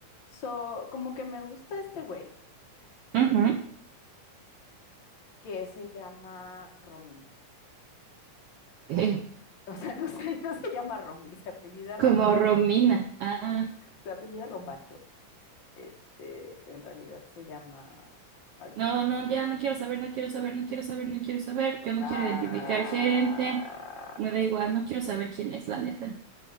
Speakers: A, on the left; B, on the right.
A: So, como que me gusta este güey
B: Ujú.
A: que se llama Romy. <laughs>
B: Eh,
A: O sea, no sé, <laughs> no se llama Romy, se apellida Romacho.
B: Como Romina. Ah,
A: Se apellida Romacho. Este, en realidad se llama. Ahorita
B: no,
A: te digo.
B: no, ya no quiero saber, no quiero saber, no quiero saber, no quiero saber. Yo no
A: Ah,
B: quiero identificar gente. Me da igual, no quiero saber quién es, la neta.